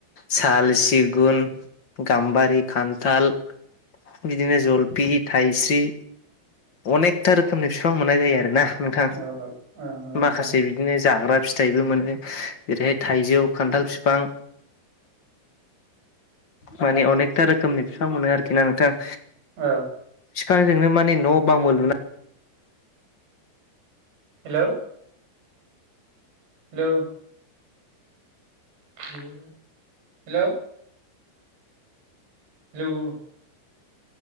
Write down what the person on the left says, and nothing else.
साल सि गुन गाम्बारि खान्थाल बिदिनो जलफि थायस्रि अनेकथा रोखोमनि फिफां मोननाय जायो आरो ना नोंथां
माखासे
बिद दिनो जाग्रा फिथाइबो मोनो ओेरैहाय थाइजौ खान्थाल फिफां
माने अनेकथा रोखोमनि फिफां मोनो आरोखि ना नोंथां।
बिफाजोंनो माने न' बांबो लुनाय